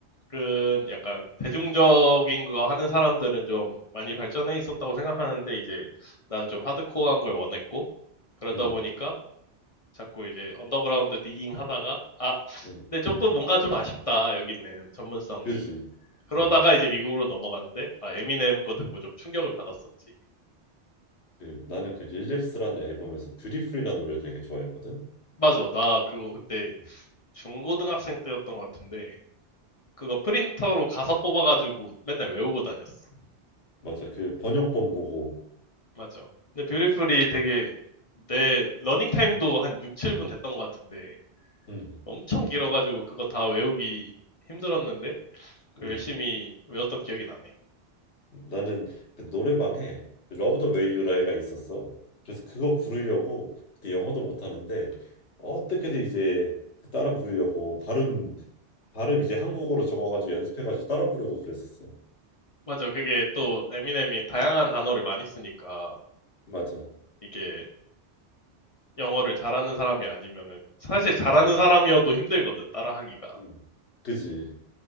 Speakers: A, on the left (about 40°); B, on the left (about 70°).
A: 은 약간 대중적인 거 하는 사람들은 좀 많이 발전해 있었다고 생각하는데 이제 나는 좀 하드코어한 걸 원했고 그러다
B: 응,
A: 보니까 자꾸 이제 언더그라운드 디깅 하다가 아
B: 응.
A: 근데 조금 뭔가 좀 아쉽다 여기는 전문성이
B: 그지.
A: 그러다가
B: 응.
A: 이제 미국으로 넘어갔는데 아 에미넴 거 듣고 좀 충격을 받았었지
B: 그 나는 그 릴랩스라는 앨범에서 뷰티풀이라는 노래를 되게 좋아했거든.
A: 맞아 나 그거 그때
B: 응.
A: 중고등학생 때였던 것 같은데 그거 프린터로 가사 뽑아가지고 맨날 외우고 다녔어
B: 맞아. 그 번역본 보고.
A: 맞죠. 근데
B: 응,
A: 뷰티풀이 되게 내 러닝 타임도 한 6, 7분 됐던 것 같은데
B: 응,
A: 엄청 길어가지고 그거 다 외우기 힘들었는데 그
B: 응.
A: 열심히 외웠던 기억이 나네.
B: 나는 그 노래방에 그 러브 더 웨이 유 라이가 있었어. 그래서 그거 부르려고 그때 영어도 못하는데 어떻게든 이제 그 따라 부르려고 발음 발음 이제 한국어로 적어가지고 연습해가지고 따라 부르고 그랬었어.
A: 맞아. 그게 또 에미넴이 다양한 단어를 많이 쓰니까
B: 맞아.
A: 이게 영어를 잘하는 사람이 아니면은 사실 잘하는
B: 음,
A: 사람이어도 힘들거든 따라하기가.
B: 음. 그지.